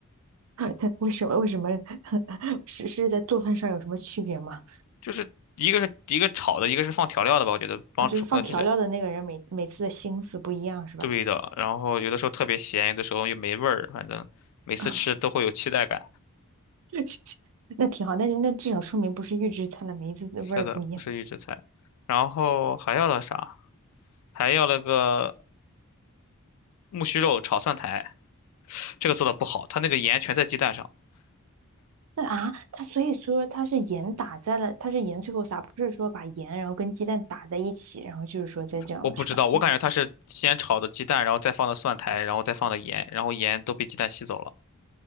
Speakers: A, on the right; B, on the left.
A: <laughs> 为什么为什么 <laughs> 是是在做饭上有什么区别吗？
B: 就是一个是一个炒的，一个是放调料的吧，我觉得帮助可能就是
A: 啊，就是放调料的那个人每每次的心思不一样，是吧？
B: 对的。然后有的时候特别咸，有的时候又没味儿，反正每次吃都会有期待感。
A: 啊，<laughs> 那挺好，但是那至少说明不是预制菜了，每一次的味儿不一样。
B: 是的，不是预制菜。然后还要了啥？还要了个木须肉炒蒜苔，这个做的不好，它那个盐全在鸡蛋上，
A: 那啊，它所以说它是盐打在了，它是盐最后撒，不是说把盐然后跟鸡蛋打在一起，然后就是说再这样了，
B: 我不知道，
A: 是吧？
B: 我感觉它是先炒的鸡蛋，
A: 所以
B: 然后再放的蒜苔，然后再放的盐，然后盐都被鸡蛋吸走了，